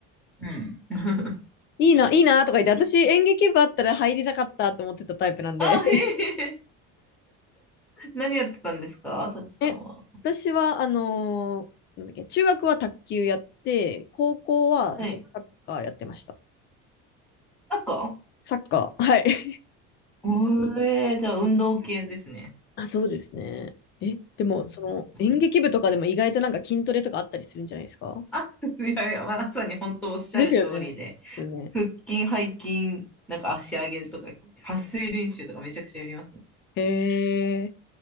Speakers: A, in the centre; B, on the left.
A: うん。<laughs>
B: いいな、いいなとか言って、私演劇部あったら入れなかったと思ってたタイプなんで。
A: あ、へえ、何やってたんですかさちさんは。
B: <laughs> え、私は、あのーなんだっけ、中学は卓球やって、高校は女子サッカーやってました。
A: はい。赤
B: サッカー、はい。<laughs>
A: うえー、じゃあ運動系ですね。
B: あ、そうですね。え、でも、
A: うんうん
B: その演劇部とかでも意外となんか筋トレとかあったりするんじゃないですか
A: あ、<laughs> いやいや、まさに本当おっしゃる通りで、
B: ですよね。ですよね。
A: 腹筋、背筋、なんか足上げとか、発声練習とかめちゃくちゃやりますね。
B: へえ。